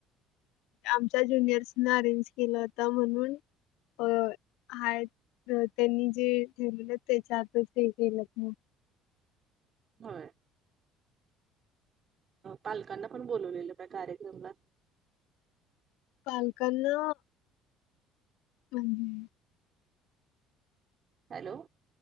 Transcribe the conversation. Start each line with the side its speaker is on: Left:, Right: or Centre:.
Left: आमच्या ज्युनियर्सन अरेंज केला होता, म्हणून हो, आहेत. त्यांनी जे ठेवलेलं त्याच्या आतच <unintelligible>
Right: होय. पालकांना पण बोलवलेलं का कार्यक्रमला?
Left: पालकांना <unintelligible>
Right: हॅलो.